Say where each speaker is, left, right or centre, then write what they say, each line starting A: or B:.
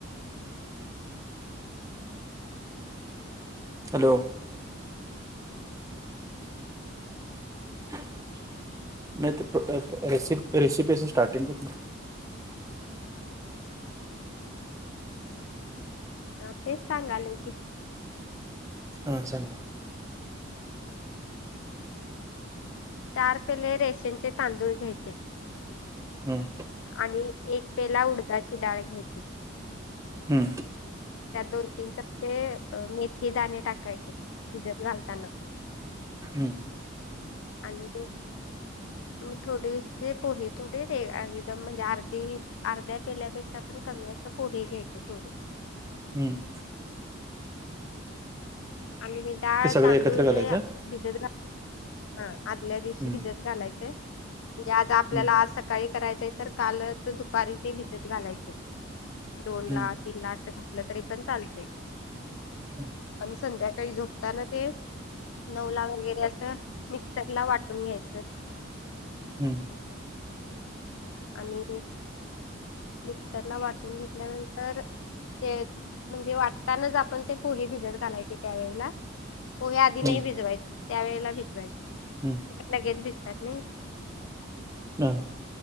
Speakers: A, on the right; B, on the left.
A: हॅलो नाही ते तर रेसिपी स्टार्टिंग
B: हा तेच सांगाले की
A: हा सागा
B: चार पेले रेशनचे तांदूळ घ्यायचे
A: ह
B: आणि एक पेला उडदाची डाळ घ्यायची
A: हम्म
B: त्यात दोन तीन टप्पे मेथी दाणे टाकायचे भिजत घालताना.
A: हम्म
B: आणि काय थोडेसे पोहे थोडे आहे दम म्हणजे अर्धी अर्ध्या पेल्यापेक्षा पण कमी असं पोहे घ्यायचे थोडे
A: हम
B: आणि हे डाळ
A: ते सगळे
B: तांदूळ
A: एकत्र
B: हे
A: घालायचं
B: भिजत घा अ आदल्या दिवशी
A: हं
B: भिजत घालायचे. मंजे आज आपल्याला
A: हं
B: आज सकाळी करायचं आहे तर काल दुपारीच ते भिजत घालायचंय. दोन
A: हं
B: ला तीन ला आस घातलं तरीपण चालतय.
A: काय म्हणता
B: संध्याकाळी झोपताना ते नऊ ला वगैरे असं मिक्सरला वाटून घ्यायचं.
A: हम
B: आणि मिक्सरला वाटून घेतल्यानंतर तर ते म्हणजे वाटतानाच आपण ते पोहे भिजत घालायचे त्यावेेळेला. पोहे आधी नाही
A: हं
B: भिजवायचे त्यावेळेला भिजवायच.
A: हम
B: लगेच भिजत्यात नाही.
A: हम